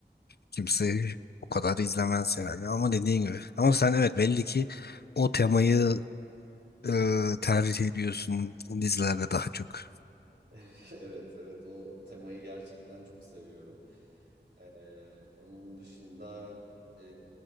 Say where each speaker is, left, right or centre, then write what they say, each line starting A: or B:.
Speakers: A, on the left; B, on the right.
A: kimse o kadar izlemez yani. Ama dediğin gibi. Ama sen evet belli ki o temayı e, tercih ediyorsun dizilerde daha çok?
B: <laughs> Evet, evet o temayı gerçekten çok seviyorum. Ee, onun dışında e,